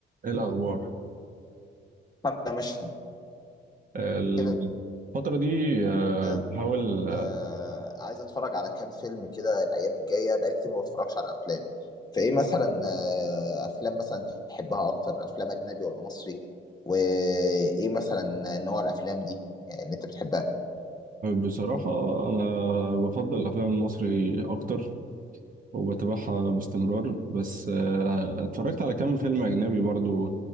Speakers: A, on the right (about 45°); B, on the left (about 20°).
A: ايه الاخبار
B: احنا مش
A: إيه
B: كده
A: الفتره دي آه،
B: آه،
A: بحاول آه،
B: آه، عايز اتفرج على كام فيلم كده الايام الجايه بقالي كتير ما بتفرجش على الافلام فايه مثلا آه، افلام مثلا تحبها اكتر افلام اجنبي ولا مصري وايه مثلا نوع الافلام دي يعني اللي انت بتحبها
A: بصراحه انا بفضل الافلام المصري اكتر وبتابعها باستمرار بس آه، اتفرجت على كام فيلم اجنبي برضو